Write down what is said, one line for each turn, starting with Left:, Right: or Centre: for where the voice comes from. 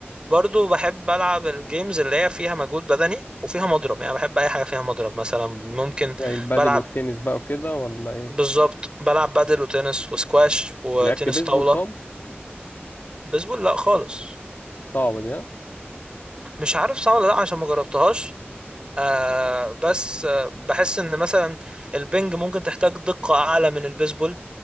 Right: برضو بحب العب الجيمز اللي هي فيها مجهود بدني وفيها مضرب يعني بحب اي حاجه فيها مضرب مثلا ممكن
Left: زي البادل
Right: بلعب
Left: والتنس بقى وكده ولا ايه
Right: بالظبط بلعب بادل وتنس وسكواش وتنس
Left: لعبت بيسبول
Right: طاوله
Left: طب
Right: بيسبول لا خالص
Left: صعبة دي ها
Right: مش عارف صح ولا لا عشان ما جربتهاش آه بس آه بحس ان مثلا البنج ممكن تحتاج دقه اعلى من البيسبول